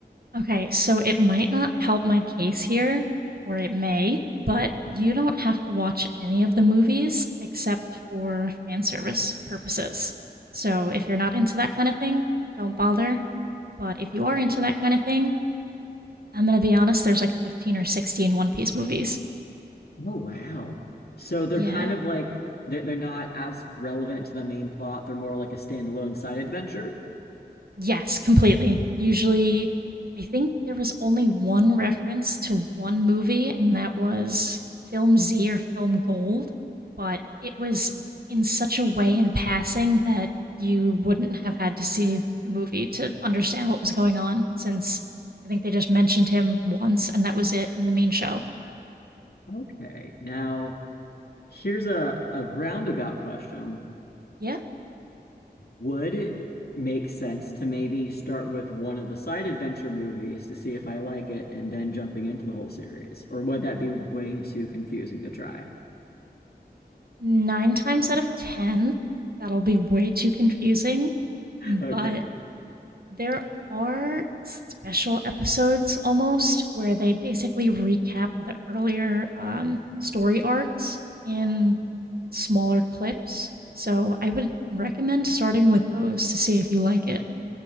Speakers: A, on the right; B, on the left.
A: Okay, so it might not help my case here, or it may, but you don't have to watch any of the movies except for fan service purposes. So if you're not into that kind of thing, don't bother. But if you are into that kind of thing, I'm gonna be honest, there's like 15 or 16 One Piece movies.
B: Oh, wow. So they're
A: Yeah,
B: kind of like they're they're not as relevant to the main plot. They're more like a standalone side adventure.
A: Yes, completely. Usually, I think there was only one reference to one movie, and that was Film Z or Film Gold, but it was in such a way in passing that you wouldn't have had to see the movie to understand what was going on, since I think they just mentioned him once, and that was it in the main show.
B: Okay. Now Here's a, a roundabout question.
A: Yeah,
B: Would it make sense to maybe start with one of the side adventure movies to see if I like it and then jumping into the whole series? Or would that be way too confusing to try?
A: nine times out of ten, that'll be way too confusing,
B: Okay.
A: but There are special episodes almost where they basically recap the earlier um, story arcs in smaller clips. So I would recommend starting with those to see if you like it.